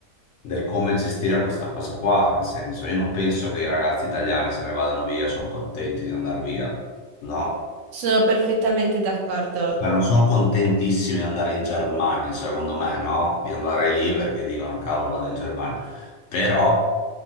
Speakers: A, on the left; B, on the right.
A: del come gestire questa cosa qua, nel senso, io non penso che i ragazzi italiani se ne vadano via, sono contenti di andare via, no?
B: Sono perfettamente d'accordo.
A: Beh, non sono contentissimi di andare in Germania, secondo me, no? Di andare lì perché dicono, cavolo, vado in Germania. Però